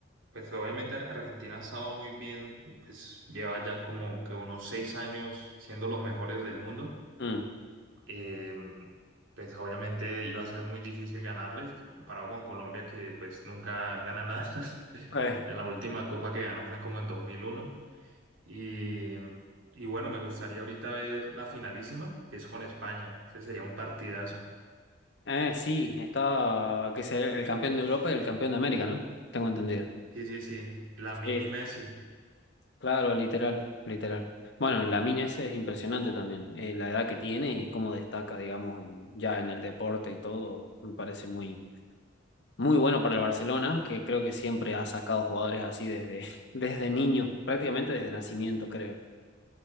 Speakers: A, on the right (about 85°); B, on the left (about 60°).
A: pues obviamente Argentina ha estado muy bien, pues lleva ya como que unos seis años siendo los mejores del mundo.
B: Mm.
A: eh, pues obviamente iba a ser muy difícil ganarles, comparado con Colombia, que pues nunca gana nada. <laughs>
B: Eh,
A: La última copa que ganó fue como en dos mil uno Y, y bueno, me gustaría ahorita ver la finalísima, que es con España. Ese sería un partidazo.
B: eh, sí, está que es el, el campeón de Europa y el campeón de América, ¿no? Tengo entendido.
A: Sí, sí, sí. Lamine
B: Sí.
A: y Messi.
B: Claro, literal, literal. Bueno, la mina ese es impresionante también, eh, la edad que tiene y cómo destaca, digamos, en- ya en el deporte y todo, me parece muy, muy bueno para el Barcelona, que creo que siempre ha sacado jugadores así desde, <laughs> desde niño, prácticamente desde nacimiento, creo.